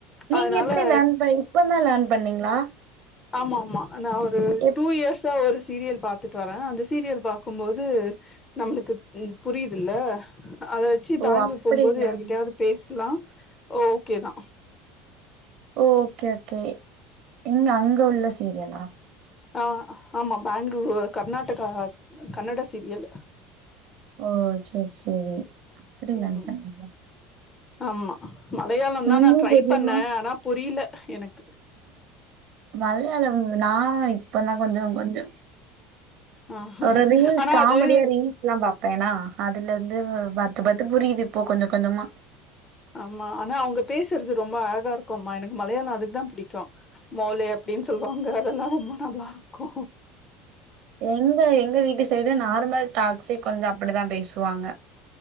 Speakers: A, on the right (about 45°); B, on the left (about 15°).
A: நீங்க
B: அதனால
A: எப்டி லேர்ன் ப இப்ப தா லேர்ன் பண்ணீங்களா
B: ஆமா ஆமா நா ஒரு
A: எப்
B: டூ இயர்ஸா ஒரு சீரியல் பாத்துட்டு வரே அந்த சீரியல் பாக்கும்போது நம்ளுக்கு புரியுதுல்ல அத வச்சு
A: ஓ
B: பேங்களூர்
A: அப்படி
B: போம்போது
A: லேர்ன்
B: யார்கிட்டயாவது பேசலா ஓகே தா
A: ஓ ஓகே ஓகே எங்க அங்க உள்ள சீரியலா
B: ஆ ஆமா பெங்களூரு கர்நாடகா கன்னட சீரியலு
A: ஓ செரி செரி அப்டி லெர்ன்
B: ம்
A: பண்ணிரலா
B: ஆமா மலையாளந்தா
A: ஹிந்தி
B: நா ட்ரை
A: தெரியுமா
B: பண்ணே ஆனா புரியல எனக்கு
A: மலையாளம் நா இப்ப தா கொஞ்சோ கொஞ்சோ
B: ஆ
A: ஒரு ரீல்ஸ்
B: ஆனா
A: காமெடியா
B: அது
A: ரீல்ஸ் எல்லா பாப் ப்பேன்னா அதுல இருந்து பத்து பத்து புரியுது இப்போ கொஞ்ச கொஞ்சமா
B: ஆமா ஆனா அவங்க பேசுறது ரொம்ப அழகா இருக்கும்மா எனக்கு மலையாளம் அதுக்கு தா புடிக்கு மோலே அப்டின் சொல்வாங்க அதெல்லா ரொம்ப நல்லா இருக்கு
A: எங்க எங்க வீட்டு சைடு நார்மல் டாக்ஸே கொஞ்ச அப்டித்தா பேசுவாங்க